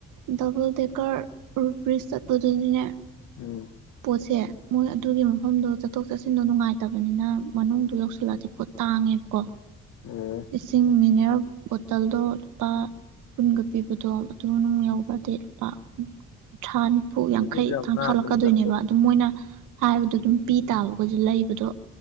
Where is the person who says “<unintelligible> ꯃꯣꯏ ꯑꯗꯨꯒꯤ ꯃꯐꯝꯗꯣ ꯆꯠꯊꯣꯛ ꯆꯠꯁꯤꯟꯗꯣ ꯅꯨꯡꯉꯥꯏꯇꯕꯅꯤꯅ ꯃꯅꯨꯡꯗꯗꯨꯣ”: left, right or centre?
Right